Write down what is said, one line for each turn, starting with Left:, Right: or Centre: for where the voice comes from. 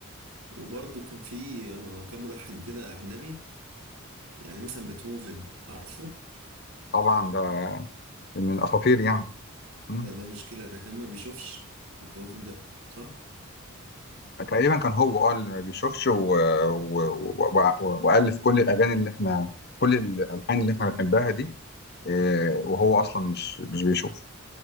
Right: وبرضه كان في آه، كام ملحن كده اجنبي يعني مثلا بيتهوفن عارفه
Left: طبعا ده من الاساطير يعني مم.
Right: ده ده مشكله ده كان ما بيشوفش بيتهوفن ده صح
Left: تقريبا كان هو اه اللي ما بيشوفش و... و... و... و... والف كل الاغاني اللي احنا كل الالحان اللي احنا بنحبها دي إيه، وهو اصلا مش مش بيشوف